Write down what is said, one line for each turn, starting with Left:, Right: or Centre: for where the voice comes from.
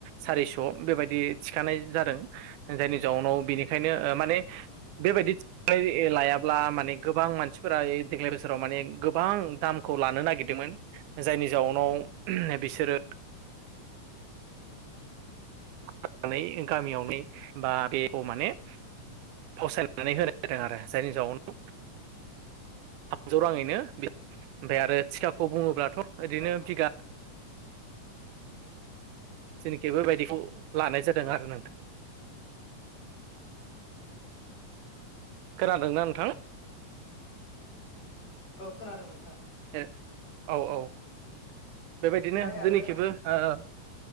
Right: सारिस' बेबायदि थिखानाय जादों जायनि जाउनाव बेनिखायनो ओ माने बेबायदि <unintelligible> लायाब्ला माने गोबां मानसिफोरा ए देग्लाय बोसोराव माने गोबां दामखौ लानो नागिरदोंमोन जायनि जाउनाव <unintelligible> बिसोरो <unintelligible> गामियावने बा बेख' माने फावसायनानै होनाय जादों आरो जायनि जाउनायावनो थामजौ राङैनो <unintelligible> ओमफाय आरो थिखाखौ बुङोब्लाथ' ओरैनो
Left: औ औ
Right: बिगा जेनाखि बोबायदिखु लानाय जादों आरो ना नोंथां <inaudible> खोनादोंना नोंथां?
Left: औ खोनादों नोंथां
Right: ए औ औ बेबायदिनो
Left: ओमफ्राय
Right: जोंनिखिबो
Left: आरो
Right: ओ ओ